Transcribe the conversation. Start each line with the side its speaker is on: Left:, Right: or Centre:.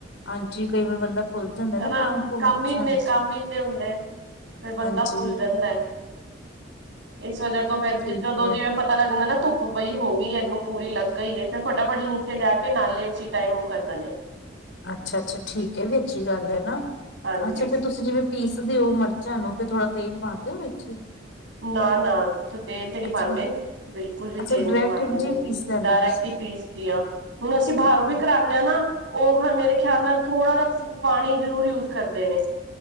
Left: ਹਾਂਜੀ ਕਈ ਵਾਰ ਬੰਦਾ ਭੁੱਲ ਜਾਂਦਾ
Right: ਹੈ ਨਾ
Left: ਕੁਮ
Right: ਕੰਮ
Left: ਵਿੱਚ
Right: ਈ ਇੰਨੇ,
Left: ਹਾਂਜੀ
Right: ਕੰਮ ਈ ਇੰਨੇ ਹੁੰਦੇ ਐ। ਫੇਰ ਬੰਦਾ
Left: ਹਾਂਜੀ
Right: ਭੁੱਲ ਜਾਂਦੈ। ਇਸ ਵਜ੍ਹਾ ਤੋਂ ਫੇਰ
Left: ਠੀਕ
Right: ਜਿਦੋਂ ਦੋ
Left: ਹੈ
Right: ਜਿਵੇਂ ਪ ਤਾ ਲੱਗ ਜਾਂਦਾ ਨਾ ਧੁੱਪ ਬਈ ਹੋ ਗੀ ਏ, ਏਨੂੰ ਪੂਰੀ ਲੱਗ ਗਈ ਏ ਤੇ ਫਟਾਫਟ ਨੂ ਤੇ ਲਿਆ ਕੇ ਨਾਲੇ ਉਸੀ ਟਾਈਮ ਓ ਕਰ ਦੇਣੇ।
Left: ਅੱਛਾ-ਅੱਛਾ ਠੀਕ ਏ ਐ ਵੀ ਅੱਛੀ ਗੱਲ ਐ ਨਾ,
Right: ਹਾਂਜੀ
Left: ਅੱਛਾ ਫੇਰ ਤੁਸੀਂ ਜਿਵੇਂ ਪੀਸਦੇ ਓ ਮਰਚਾਂ ਨੂੰ ਫੇਰ ਥੋੜਾ ਤੇਲ ਪਾਂਦੇ ਓ ਵਿੱਚ?
Right: ਨਾ-ਨਾ <unintelligible> ਤੇਲ ਤੇ ਨੀ
Left: ਅੱਛਾ
Right: ਪਾਂਦੇ, ਬਿਲਕੁਲ ਵੀ
Left: ਅੱਛਾ
Right: ਤੇਲ
Left: ਡਾਇਰੈਕਟ
Right: ਨੀ ਪਾਂਦੇ
Left: ਇੰਝ
Right: ਹੋਨ।
Left: ਹੀ ਪੀਸ ਲੈਂਦੇ
Right: ਡਾਇਰੈਕਟ
Left: ਹੋ ਤੁਸੀਂ
Right: ਈ ਪੀਸ ਦੀਆ। ਹੁਣ ਅਸੀ ਬਾਹਰੋਂ
Left: ਅੱਛਾ
Right: ਵੀ ਕਰਾਨੇ ਆ ਨਾ ਓਹ ਮੇਰੇ ਖਿਆਲ ਨਾਲ ਥੋੜਾ ਜਾ ਪਾਣੀ ਜਰੂਰ ਯੂਜ਼ ਕਰਦੇ ਨੇ।